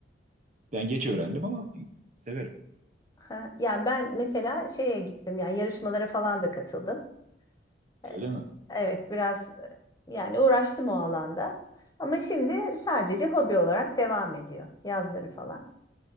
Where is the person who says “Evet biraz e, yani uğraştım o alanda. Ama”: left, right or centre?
Left